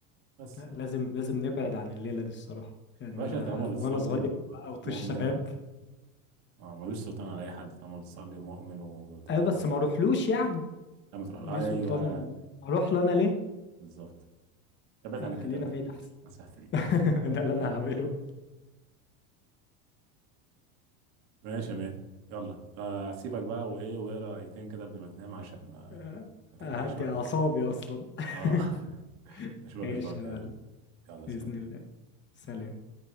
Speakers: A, on the right; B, on the left.
A: بس
B: لا، لازم لازم نبعد عن الليلة دي الصراحة يعني
A: باشا
B: انا
A: طالما بتصلي
B: وانا صغير
A: ومؤمن
B: او طش شباب
A: اه ملوش سلطان على اي حد طالما بتصلي ومؤمن وملتزم
B: ايوه بس ما اروحلوش يعني
A: لما تروح
B: ليه
A: آه
B: سلطان
A: ايوه
B: اروح له انا ليه
A: بالظبط فبعد
B: لا
A: عن الكتاب
B: خلينا
A: ده
B: بعيد
A: <laughs>
B: احسن
A: نصيحتي ليك
B: <laughs> ده اللي انا
A: تمام
B: هعمله
A: ماشي يا مان يلا آه سيبك بقى وايه واقرا ايتين كده قبل ما تنام عشان ما
B: آه،
A: ما تقلقش
B: هدي
A: بعدين
B: أعصابي أصلا <laughs>
A: اه <laughs> اشوفك
B: ماشي
A: الاسبوع الجاي
B: يا معلم
A: يلا
B: بإذن
A: سلام
B: الله سلام